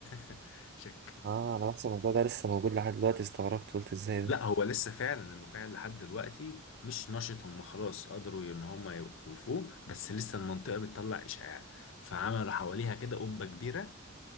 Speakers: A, on the left (about 65°); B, on the right (about 50°).
A: <laughs> شك
B: آه أنا بحس الموضوع ده لسه موجود لحد دلوقتي استغربت قلت إزاي
A: لا
B: ده؟
A: هو لسه فعلا المفاعل لحد دلوقتي مش نشط هم خلاص قدروا ان هم يوقفوه بس لسه المنطقة بتطلع إشعاع فعملوا حواليها كده قبة كبيرة